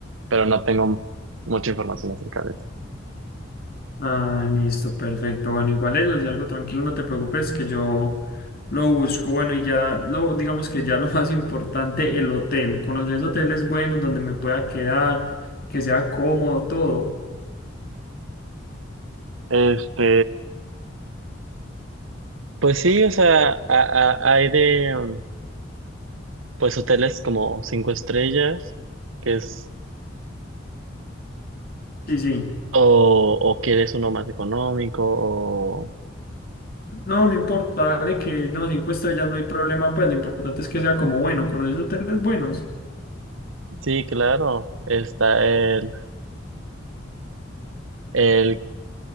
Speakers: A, on the right; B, on the left.
A: pero no tengo mucha información acerca de eso.
B: Ah, listo, perfecto. Bueno, igual eso, si algo tranquilo, no te preocupes, que yo lo busco. Bueno, y ya lo, digamos que ya lo <laughs> más importante, el hotel. Conocer hoteles buenos donde me pueda quedar, que sea cómodo, todo.
A: Este, pues sí, o sea, a- a- hay de, um, pues hoteles como cinco estrellas, que es,
B: Sí, sí.
A: o, o quieres uno más económico, o,
B: No, no importa, dale que no, cinco estrellas no hay problema, pues lo importante es que sea como bueno, conocer hoteles buenos.
A: sí, claro, está el, el,